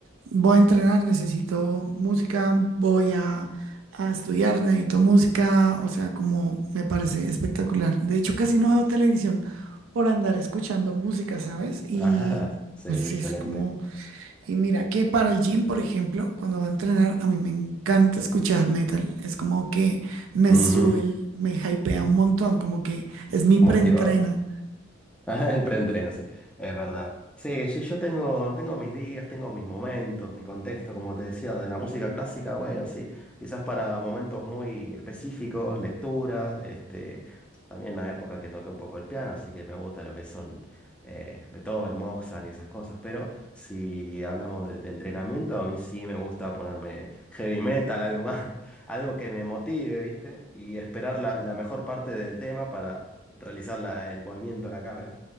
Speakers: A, on the right; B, in the centre.
A: voy a entrenar, necesito música, voy a, a estudiar, necesito música. O sea, como me parece espectacular. De hecho, casi no veo televisión por andar escuchando música, ¿sabes? Y
B: <laughs> Ajá, sí,
A: pues sí,
B: excelente.
A: es como Y mira que para el gym, por ejemplo, cuando va a entrenar, a mí me encanta escuchar metal. Es como que me
B: Ujú,
A: sube, el- me hypea un montón, como que es mi preentreno.
B: Motivado. <laughs> Ah, El preentreno, sí, es verdad. Sí, sí, yo tengo, tengo mis días, tengo mis momentos, mi contexto, como te decía, de la música clásica, bueno, sí, quizás para momentos muy específicos, lecturas, este, también la época que toqué un poco el piano, así que me gusta lo que son eh, Beethoven, Mozart y esas cosas, pero si hablamos de, de entrenamiento, a mí sí me gusta ponerme heavy metal, algo más, <laughs> algo que me motive, ¿viste? Y esperar la, la mejor parte del tema para realizar la- el movimiento, la carga.